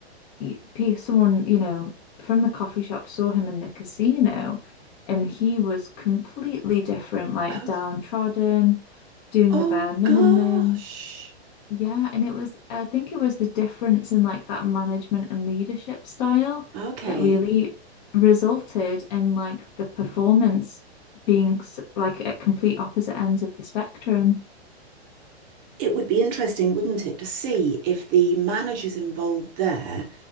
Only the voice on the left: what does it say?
y- pe- someone, you know, from the coffee shop saw him in the casino and he was completely different, like
downtrodden, doing
the bare minimum,
yeah, and it was, I think it was the difference in like that management and leadership style
that really resulted in like the performance being s- like at complete opposite ends of the spectrum.